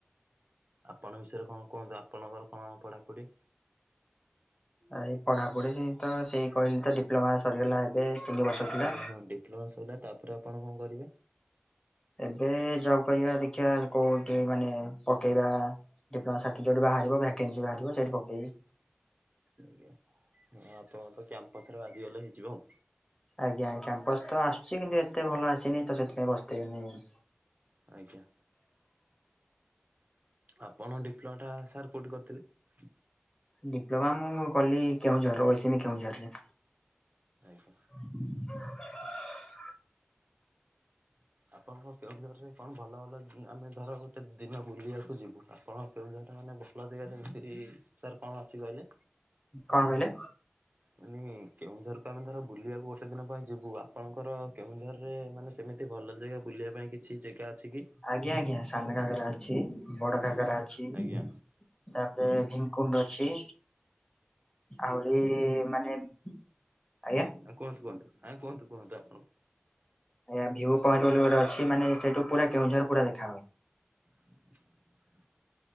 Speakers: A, on the right; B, on the left.
A: ଆପଣଙ୍କ ବିଷୟରେ କଣ କୁହନ୍ତୁ ଆପଣଙ୍କର କଣ ପଢାପଢ଼ି?
B: ଏ ପଢ଼ାପଢ଼ି ତ ସେଇ କହିଲି ତ ଡିପ୍ଲୋମା ସରିଗଲା ଏବେ ତିନି ବର୍ଷ ଥିଲା।
A: ଆଜ୍ଞା ହଁ ଡିପ୍ଲୋମା ସରିଲା ତାପରେ ଆପଣ କଣ କରିବେ?
B: ଏବେ ଜବ୍ କରିବା ଦେଖିବା କୋଉଠି ମାନେ ପକେଇବା ଡିପ୍ଲମା ସାଠିପିକେଟ ବାହାରିବ। ଭ୍ୟାକ୍ୟାନ୍ସ ବାହାରିବ ସେଇଠି ପକେଇବି।
A: ଆଜ୍ଞା ଆପଣ ତ କ୍ୟାମ୍ପସ ରେ ବାଜିଗଲେ ହେଇଯିବ।
B: ଆଜ୍ଞା କ୍ୟାମ୍ପସ ତ ଆସୁଛି କିନ୍ତୁ ଏତେ ଭଲ ଆସିନି ତ ସେଥିପାଇଁ ବସିଥିଲି ମୁଁ
A: ଆଜ୍ଞା। ଆପଣ ଡିପ୍ଲୋମା ଟା ସାର୍ କୋଉଠି କରିଥିଲେ।
B: ଡିପ୍ଲୋମା ମୁଁ କଲି କେଉଁଝର <inaudible> କେଉଁଝରରେ।
A: ଆଜ୍ଞା।
B: <unintelligible>
A: ଆପଣଙ୍କ କେଉଁଝରରେ କଣ ଭଲ ଭଲ ଆମେ ଧର ଗୋଟେ ଦିନ ବୁଲିବାକୁ ଯିବୁ ଆପଣ କେଉଁଝର ମାନେ ଭଲ ଜାଗା ସେମିତିରି ସାର୍ କଣ ଅଛି କହିଲେ?
B: କଣ କହିଲେ?
A: ମାନେ କେଉଁଝରକୁ ଆମେ ଧର ବୁଲିବାକୁ ଗୋଟେ କେତେ ଦିନ ପାଇଁ ଯିବୁ। ଆପଣଙ୍କର କେଉଁଝରରେ ମାନେ ସେମିତି ଭଲ ଜାଗା ବୁଲିବା ପାଇଁ କିଛି ଜାଗା ଅଛି କି?
B: ଆଜ୍ଞା, ଆଜ୍ଞା ସାନ ଘାଗରା ଅଛି। ବଡ ଘାଗରା ଅଛି। ତାପରେ
A: ଆଜ୍ଞା
B: ଭୀମକୁଣ୍ଡ ଅଛି। ଆହୁରି ମାନେ ଆଜ୍ଞା
A: ଆ, କୁହନ୍ତୁ, କୁହନ୍ତୁ, ଆଜ୍ଞା କୁହନ୍ତୁ, କୁହନ୍ତୁ, ଆ
B: ଆଜ୍ଞା ଭିୟୁ ପଏଣ୍ଟ ବୋଲି ଗୋଟେ ଅଛି ମାନେ ସେଇଠୁ ପୁରା କେଉଁଝର ପୁରା ଦେଖା ହବ।
A: <unintelligible>